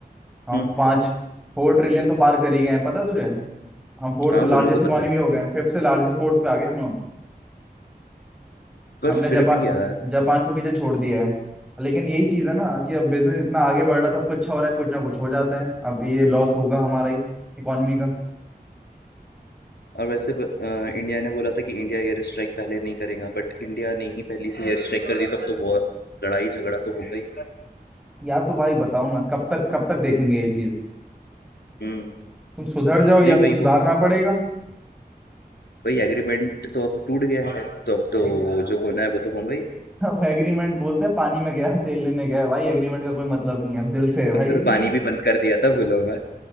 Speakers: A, in the centre; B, on the left.
A: हम
B: हम्म
A: पाँच फोर ट्रिलियन तो पार कर ही गए हैं पता तुझे हम फोर्थ
B: हाँ
A: लार्जेस्ट
B: वो मेरे को
A: इकोनॉमी
B: पता है
A: हो गए हैं फिफ्थ से लार्जेस्ट फोर्थ पे आ गए हम अब
B: पर
A: हमने
B: फिर
A: जापान
B: भी यार
A: जापान को पीछे छोड़ दिया है लेकिन यही चीज है ना कि अब बिजनेस इतना आगे बढ़ रहा है सब कुछ अच्छा हो रहा है कुछ ना कुछ हो जाता है अब ये लॉस होगा हमारा ही इकोनॉमी का
B: और वैसे ब- अ, इंडिया ने बोला था कि इंडिया एयर स्ट्राइक पहले नहीं करेगा बट इंडिया ने ही पहली से एयर स्ट्राइक कर दी तब तो वॉर लड़ाई झगड़ा तो हो गई
A: यार तो भाई बताओ ना कब तक कब तक देखेंगे ये चीज
B: हम्म
A: तुम सुधर जाओ या
B: नहीं वही
A: तो सुधारना
B: वो-
A: पड़ेगा
B: वही एग्रीमेंट तो अब टूट गया है तो अब
A: एग-
B: तो जो होना है वो तो होगा ही
A: अब एग्रीमेंट बोलते हैं पानी में गया तेल लेने गया भाई एग्रीमेंट का कोई मतलब नहीं है अब दिल से है भाई
B: उनका तो पानी भी बंद कर दिया था बिलों में